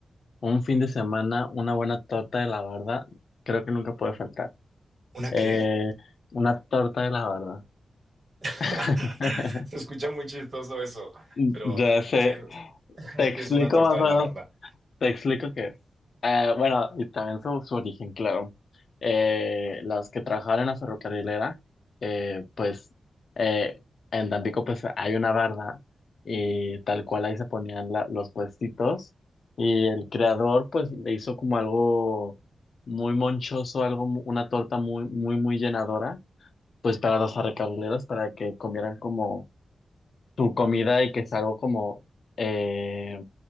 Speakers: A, on the left (about 50°); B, on the right (about 35°).
A: un fin de semana, una buena torta de la barda, creo que nunca puede faltar.
B: ¿Una
A: Eh,
B: qué?
A: una torta de la barda.
B: <laughs>
A: <laughs>
B: Se escucha muy chistoso eso,
A: Ya
B: pero
A: sé.
B: ¿qué,
A: Te explico
B: qué es una torta
A: más
B: de
A: o
B: la
A: menos
B: barda?
A: Te explico qué es. Eh, bueno, y también su, su origen, claro. Eh, las que trabajaban en la ferrocarrilera, eh, pues eh, en Tampico pues hay una barda y tal cual ahí se ponían la- los puestitos y el creador pues le hizo como algo muy monchoso, algo, mu- una torta muy, muy, muy llenadora, pues para los ferrocarrileros, para que comieran como su comida y que es algo como... eh,